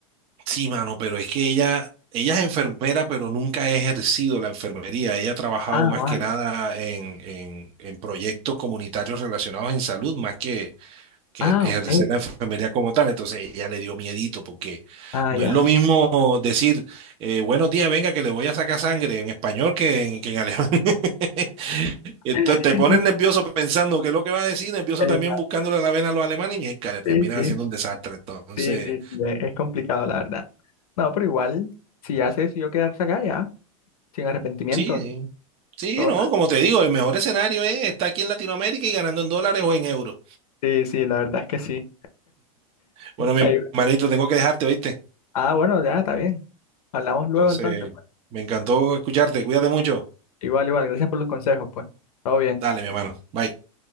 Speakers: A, on the right; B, on the left.
A: Sí, mano, pero es que ella, ella es enfermera, pero nunca ha ejercido la enfermería. Ella ha trabajado
B: Ah,
A: más
B: vale.
A: que nada en, en- en proyectos comunitarios relacionados en salud, más que, que
B: Ah,
A: el ejercer
B: ok.
A: la enfermería como tal. Entonces ella le dio miedito, porque
B: Ah,
A: no
B: ya.
A: es lo mismo decir, eh, buenos días, venga, que le voy a sacar sangre en español que en, que en alemán. <laughs> Entonces
B: <laughs>
A: te pones nervioso pensando qué es lo que va a decir, nervioso
B: Exacto.
A: también buscándole la vena a los alemanes y mierda, le terminas
B: Sí, sí,
A: haciendo un desastre. Entonces...
B: sí, sí, sí, es es complicado, la verdad. No, pero igual, si ya se decidió quedarse acá, ya. sin arrepentimiento.
A: Sí, sí. Sí,
B: Todo.
A: no, como te digo, el mejor escenario es estar aquí en Latinoamérica y ganando en dólares o en euros.
B: Sí, sí, la verdad es que sí.
A: Bueno, mi
B: Ahí-
A: hermanito, tengo que dejarte, ¿oíste?
B: Ah, bueno, ya está bien. Hablamos luego
A: Entonces,
B: entonces, pues.
A: me encantó escucharte. Cuídate mucho.
B: Igual, igual, gracias por los consejos, pues. Todo bien.
A: Dale, mi hermano. Bye.